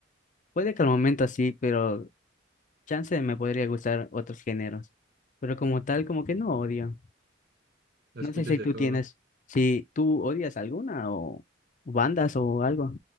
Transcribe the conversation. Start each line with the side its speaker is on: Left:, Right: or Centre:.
Left: Puede que al momento sí, pero chance me podría gustar otros géneros. Pero como tal, como que no odio.
Right: ¿La
Left: No
Right: escuchas
Left: sé si
Right: de
Left: tú
Right: todo?
Left: tienes, si tú odias alguna o bandas o algo.